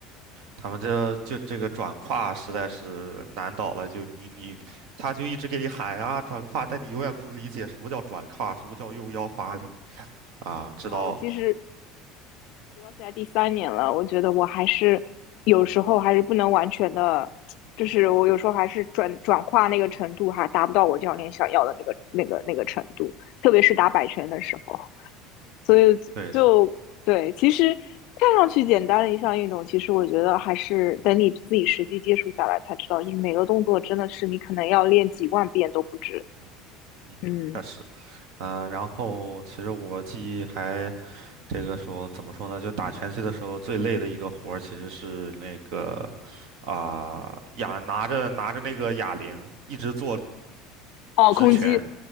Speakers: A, on the right (about 65°); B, on the left (about 65°).
A: 他们这就这个转胯实在是难倒了，就你你，他就一直给你喊啊转胯，但你永远不理解什么叫转胯，什么叫用腰发力啊，
B: 实话，
A: 知道，
B: 我其实直到现在第三年了，我觉得我还是有时候还是不能完全的，就是我有时候还是转转化那个程度还达不到我教练想要的那个那个那个程度，
A: 嗯
B: 特别是打摆拳的时候，
A: 嗯嗯，
B: 所以就对，
A: 对，是
B: 其实看上去简单的一项运动，其实我觉得还是等你自己实际接触下来才知道，就是每个动作真的是你可能要练几万遍都不止。
A: 嗯哼嗯哼嗯哼，
B: 嗯，
A: 确实啊，然后其实我记忆还这个说怎么说呢，就打拳击的时候最累的一个活儿其实是那个啊哑拿着拿着那个哑铃一直做
B: 哦，
A: 直拳。
B: 空击，